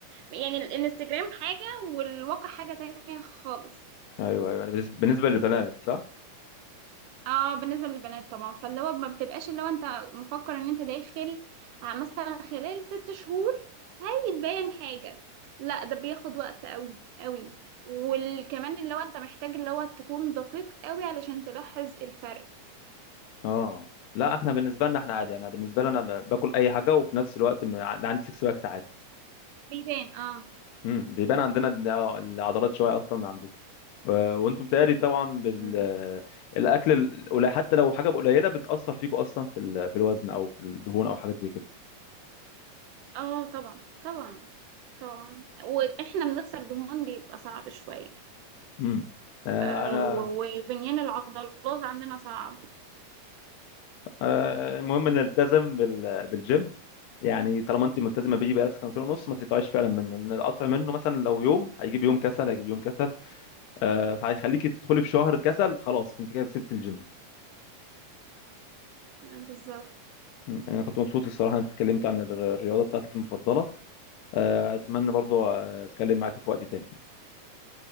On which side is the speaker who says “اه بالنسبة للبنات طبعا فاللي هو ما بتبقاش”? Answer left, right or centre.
Right